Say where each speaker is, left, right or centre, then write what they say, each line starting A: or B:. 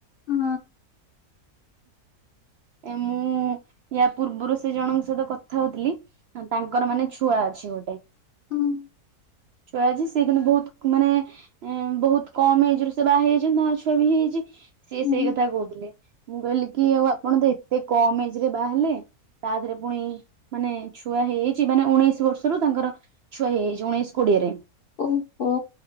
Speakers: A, on the left; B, on the right.
A: ହୁଁ।
B: ଏ ମୁଁ ୟା ପୂର୍ବରୁ ସେ ଜଣଙ୍କ ସହିତ କଥା ହଉଥିଲି। ତାଙ୍କର ମାନେ ଛୁଆ ଅଛି ଗୋଟେ।
A: ହୁଁ
B: ଛୁଆ ଅଛି ସେ କିନ୍ତୁ ବହୁତ ମାନେ ଏ ବହୁତ କମ ଏଜ ରୁ ସେ ବାହା ହେଇଯାଇଛନ୍ତି ତା ଛୁଆ ବି ହେଇଯାଇଛି ସିଏ
A: ହୁଁ
B: ସେଇ କଥା କହୁଥିଲେ। ମୁଁ କହିଲି କି ଆଉ ଆପଣ ତ ଏତେ କମ ଏଜରେ ବାହାହେଲେ। ତା ଦେହରେ ପୁଣି ମାନେ ଛୁଆ ହେଇଯାଇଛି ମାନେ ଉଣେଇଶି ବର୍ଷରୁ ତାଙ୍କର ଛୁଆ ହେଇଯାଇଛି ଉଣେଇଶ କୋଡିଏରେ।
A: ଓହୋ।